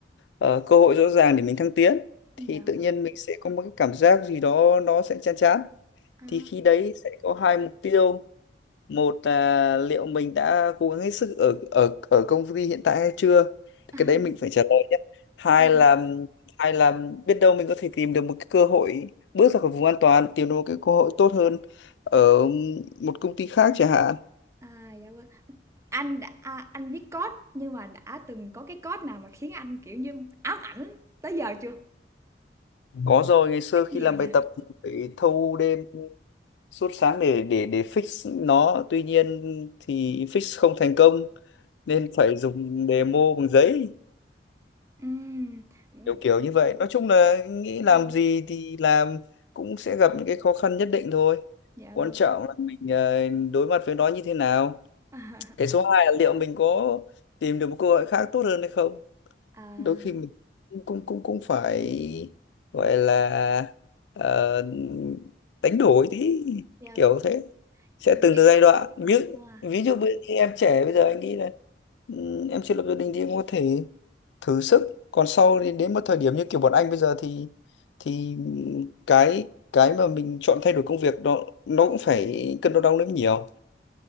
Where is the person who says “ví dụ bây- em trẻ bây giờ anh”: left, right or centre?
Left